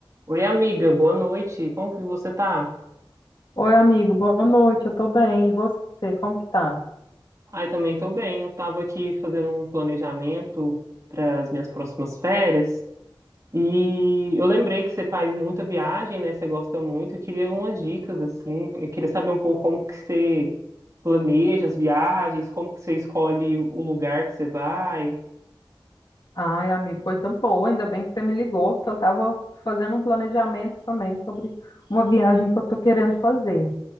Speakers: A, on the right; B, on the left.
A: Oi, amiga, boa noite. Como que você tá?
B: Oi, amigo, boa noite, eu tô bem. E você, como que tá?
A: Ai, também tô bem. Eu tava aqui fazendo um planejamento para as minhas próximas férias e eu lembrei que você faz muita viagem, né? Você gosta muito. Eu queria umas dicas assim. Eu queria saber um pouco como que você planeja as viagens, como que você escolhe o lugar que você vai.
B: Ai, amigo, coisa boa, ainda bem que você me ligou, que eu tava fazendo um planejamento também sobre uma viagem que eu tô querendo fazer.